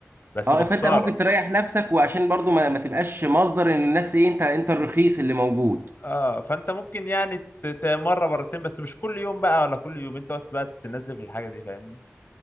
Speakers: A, on the left; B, on the right.
A: بس
B: اه
A: بخساره
B: فانت ممكن تريح نفسك وعشان برضو ما, ما تبقاش مصدر ان الناس ايه انت انت الرخيص اللي موجود
A: اه فانت ممكن يعني ت- ت- مره مرتين بس مش كل يوم بقى ولا كل يومين تقعد بقى تنزل في الحاجه دي فاهمني